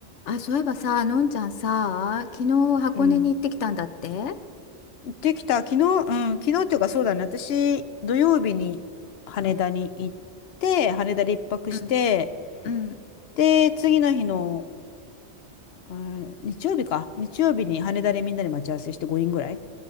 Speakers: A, on the left; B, on the left.
A: あ、そういえばさ、のんちゃんさ、昨日箱根に行ってきたんだって
B: うん。行ってきた。昨日、うん、昨日っていうかそうだね。私、土曜日に羽田に行って、
A: うん
B: 羽田で一泊して、
A: うんうん
B: で、次の日の、うん、日曜日か。日曜日に羽田でみんなで待ち合わせして5人ぐらい。